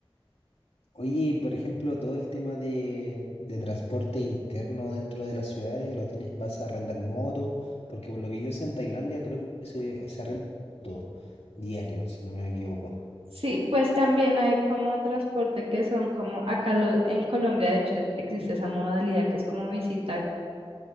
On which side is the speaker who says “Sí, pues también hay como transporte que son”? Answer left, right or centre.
Right